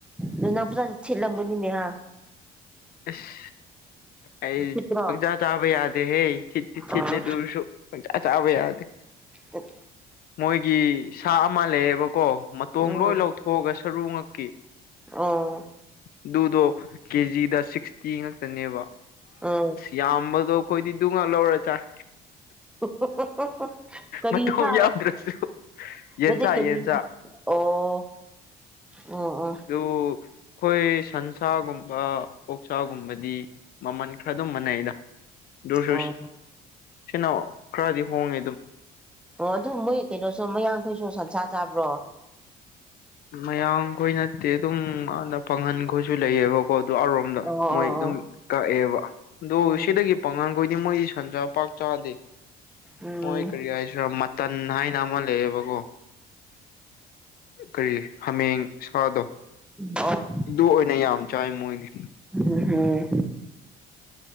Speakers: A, in the centre; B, on the left (about 60°).
A: ꯅꯪꯅ ꯐꯖꯅꯥ ꯊꯤꯠꯂꯝꯒꯅꯤꯅꯦ ꯍꯥ
B: ꯢꯁ ꯑꯩ
A: ꯊꯤꯠꯇ꯭ꯔꯣ
B: ꯄꯪꯆꯥ ꯆꯥꯕ ꯌꯥꯗꯦ ꯍꯦ ꯊꯤꯠꯇꯤ ꯊꯠꯂꯤ
A: ꯑꯣ
B: ꯗꯨ ꯑꯣꯏꯔꯁꯨ ꯄꯪꯆꯥ ꯆꯥꯕ ꯌꯥꯗꯦ
A: ꯑꯣ
B: ꯃꯣꯏꯒꯤ ꯁꯥ ꯑꯃ ꯂꯩꯌꯦꯕꯀꯣ ꯇꯣꯡꯂꯣꯏ
A: ꯎꯝ
B: ꯂꯧꯊꯣꯛꯑꯒ ꯁꯔꯨ ꯉꯛꯀꯤ
A: ꯑꯣ
B: ꯑꯗꯨꯗꯣ ꯀꯦꯖꯤꯗ ꯁꯤꯛꯁꯇꯤ ꯉꯥꯛꯇꯅꯦꯕ
A: ꯑꯥꯎ
B: ꯌꯥꯝꯕꯗꯣ ꯑꯈꯣꯏꯗꯤ ꯗꯨꯉꯥꯛ ꯂꯧꯔ ꯆꯥꯏ
A: <unintelligible> ꯀꯔꯤ
B: ꯃꯇꯣꯡ
A: ꯁꯥꯔꯣ
B: ꯌꯥꯎꯗ꯭ꯔꯁꯨ ꯌꯦꯟꯁꯥ
A: ꯑꯗꯨꯗꯤ ꯀꯔꯤ
B: ꯌꯦꯟꯁꯥ
A: ꯑꯣ ꯑꯣ ꯑꯣ
B: ꯑꯗꯨ ꯈꯣꯏ ꯁꯟꯁꯥꯒꯨꯝꯕ ꯑꯣꯛꯁꯥꯒꯨꯝꯕꯗꯤ ꯃꯃꯟ ꯈꯔ ꯑꯗꯨꯝ ꯃꯥꯟꯅꯩꯗ ꯗꯨꯁꯨ
A: ꯑꯣ
B: ꯁꯤꯅ ꯈꯔꯗꯤ ꯍꯣꯡꯉꯦ ꯑꯗꯨꯝ
A: ꯑꯣ ꯑꯗꯨ ꯃꯣꯏ ꯀꯩꯅꯣꯁꯨ ꯃꯌꯥꯡꯈꯣꯏꯁꯨ ꯁꯟꯁꯥ ꯆꯥꯕ꯭ꯔꯣ
B: ꯎꯝ ꯃꯌꯥꯝꯈꯣꯏ ꯅꯠꯇꯦ ꯑꯗꯨꯝ ꯑꯗ ꯄꯥꯡꯒꯟꯈꯣꯏꯁꯨ ꯂꯩꯌꯦꯕ ꯑꯣ ꯑꯗꯨꯔꯣꯝꯗ
A: ꯑꯣ ꯑꯣ
B: ꯃꯣꯏ ꯑꯗꯨꯝ
A: ꯑꯣ
B: ꯀꯛꯑꯦꯕ ꯑꯗꯨ
A: ꯎꯝ
B: ꯁꯤꯗꯒꯤ ꯄꯥꯡꯒꯜꯈꯣꯏꯗꯤ ꯃꯣꯏꯗꯤ ꯁꯟꯖꯥ ꯄꯥꯛ ꯆꯥꯗꯦ
A: ꯎꯝ
B: ꯃꯣꯏ ꯀꯔꯤ ꯍꯥꯏꯁꯤꯔ ꯃꯠ ꯇꯟ ꯍꯥꯏꯅ ꯑꯃ ꯂꯩꯌꯦꯕꯀꯣ ꯀꯔꯤ ꯍꯥꯃꯦꯡ ꯁꯥꯗꯣ
A: ꯑ
B: ꯑꯗꯨ ꯑꯣꯏꯅ ꯌꯥꯝ ꯆꯥꯏ ꯃꯣꯏꯗꯤ
A: ꯎꯝꯍꯝ